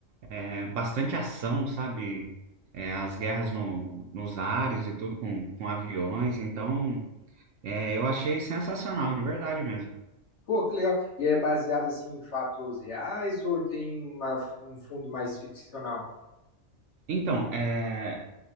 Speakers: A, on the right (about 75°); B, on the left (about 60°).
A: é, bastante ação, sabe? É, as guerras no, nos ares e tudo com, com aviões. Então, é, eu achei sensacional, de verdade mesmo.
B: Pô, que legal. E é baseado assim em fatos reais ou tem uma- um fundo mais ficcional?
A: Então, é,